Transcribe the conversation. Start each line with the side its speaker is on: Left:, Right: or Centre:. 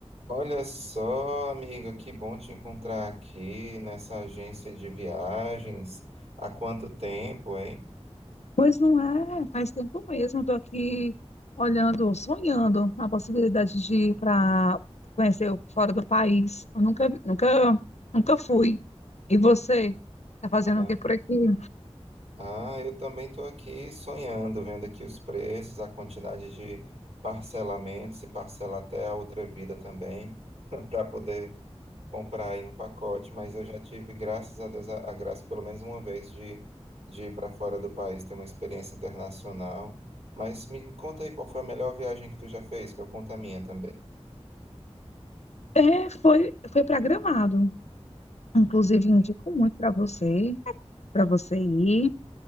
Right: Olha só, amiga, que bom te encontrar aqui nessa agência de viagens. Há quanto tempo, hein?
Left: Pois não é, faz tempo mesmo. Estou aqui olhando, sonhando a possibilidade de ir para conhecer o- fora do país. Eu nunca, vi- nunca, nunca fui. E você? Tá fazendo
Right: Ah,
Left: o que por aqui?
Right: ah, eu também estou aqui sonhando, vendo aqui os preços, a quantidade de parcelamento, se parcela até a outra vida também, <laughs> para poder comprar aí um pacote. Mas eu já tive, graças a Deus, a, a graça pelo menos uma vez de, de ir para fora do país, ter uma experiência internacional. Mas me conta aí qual foi a melhor viagem que tu já fez, que eu conto a minha também.
Left: É, foi, foi para Gramado. Inclusive, indico muito para você, para você ir.